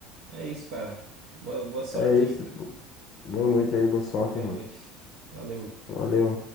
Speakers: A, on the right (about 70°); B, on the left (about 55°).
A: É isso, cara. Boa, boa sorte
B: É isso.
A: aí, cara.
B: Bo- Boa noite aí, boa sorte,
A: Boa
B: irmão.
A: noite. Valeu.
B: Valeu.